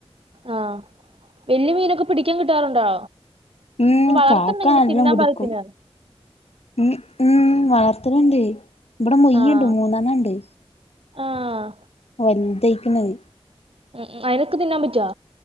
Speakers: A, on the right (about 60°); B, on the left (about 75°).
A: ആഹ് വല്യ മീനൊക്കെ പിടിക്കാൻ കിട്ടാറുണ്ടോ
B: ഉം
A: വളർത്തണ്ടെങ്കില്
B: കാക്കാ നല്ലം
A: തിന്നാൻ
B: പിടിക്കും
A: പാകത്തിന്
B: ഉ ഉം വളർത്തലുണ്ട് ഇബടെ മുയുണ്ട്
A: ആഹ്
B: മൂന്നെണ്ണ ഉണ്ട്.
A: ആഹ്
B: വൽതയ്ക്ക്ണ് അത്
A: ഉം അയ്നൊക്കെ തിന്നാൻ പറ്റാ